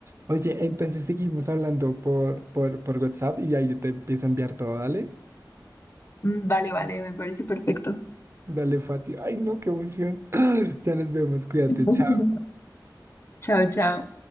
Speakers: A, on the right; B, on the left.
A: Oye, entonces seguimos hablando por, por, por WhatsApp y ahí te empiezo a enviar todo, dale.
B: Mm, Vale, vale, me parece perfecto.
A: Dale, Fati. Ay, no, qué emoción. <gasps> <clears throat> Ya nos vemos, cuídate,
B: <laughs>
A: chao.
B: Chao, chao.